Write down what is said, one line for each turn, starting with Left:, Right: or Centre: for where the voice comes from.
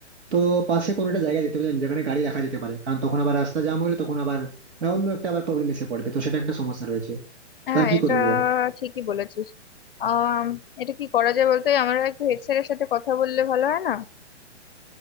Right: তো পাশে কোনো একটা জায়গা দিতে হবে জানি যেখানে গাড়ি রাখা যেতে পারে কারণ তখন আবার রাস্তা জ্যাম হলে তখন আবার মানে অন্য একটা আবার প্রবলেম এসে পড়বে তো সেটা একটা সমস্যা রয়েছে
Left: হ্যাঁ
Right: তার কি
Left: এটা
Right: করবি বল
Left: ঠিকই বলেছিস আহ এটা কি করা যায় বলতে আমরা একটু হেড স্যারের সাথে কথা বললে ভালো হয় না